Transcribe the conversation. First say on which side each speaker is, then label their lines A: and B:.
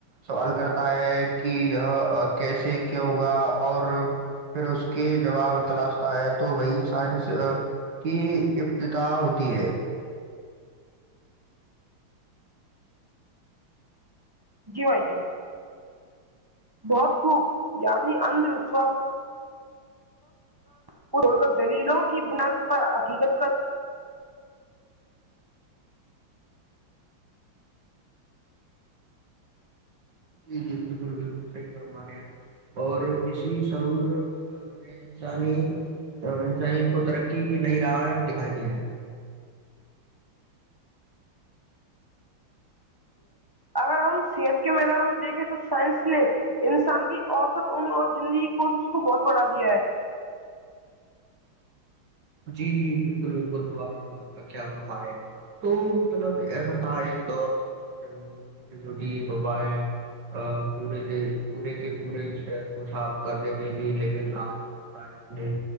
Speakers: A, on the right; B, on the right.
A: سوال کرتا ہے کہ یہ کیسے کیا ہوا اور پھر اس کے جواب تلاشتا ہے تو وہی سائنس کی ابتدح ہوتی ہے
B: جی مھیا بہت خوب یعنی انھ وشواس کو چڑ کر دلیلوں کی بنا پر حقیقت کا
A: جی جی بالکل بالکل صحیح فرمانے ہیں اور اسی سعور نے انسانی انسانیت کو ترقی کی نئی راہ دکھائی ہے
B: اگر ہم صحت کے میدار میں دیکھیں تو سائنس نے انسان کی اوسط اون اور زندگی کوش اس کو بہت بڑھا دیا ہے
A: جی جی بالکل بالکل سوال اللہ کیا فرمارے تو مطلب ایسا تھا ایک دور تھا جب چھوٹی چھوٹی وبائیں پورے پورے کے پورے شہر کو صاف کر دیتی تھی لیکن آج سائ نے